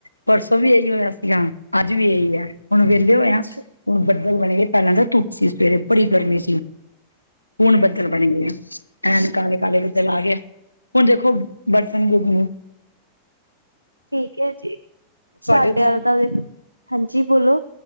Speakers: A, on the left (about 85°); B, on the right (about 85°).
A: ਪਰਸੋਂ ਵੀ ਇਹੀ ਹੋਇਆ ਸੀਗਾ ਅੱਜ ਵੀ ਇਹੀ ਹੈ। ਹੁਣ ਵਿੇਹਲੇ ਹੋਏ
B: ਅੱਛਾ
A: ਆ ਹੁਣ ਬੱਦਲ ਬਣੇ ਪਹਿਲਾਂ ਤਾਂ ਧੁੱਪ ਸੀ ਸਵੇਰੇ ਬੜੀ ਗਰਮੀ ਸੀ। ਹੁਣ ਬੱਦਲ ਬਣ ਗਏ ਆ। ਐਨ ਕਾਲੇ, ਕਾਲੇ ਬੱਦ ਲਾ ਗਏ ਹੁਣ ਦੇਖੋ ਬਰਤਣ ਗੁੱਗ ਨੂੰ।
B: ਠੀਕ ਹੈ ਜੀ, ਸਾਡੇ
A: ਉੱਧਰ,
B: ਵੱਲ ਤਾਂ ਹਾਂਜੀ ਬੋਲੋ।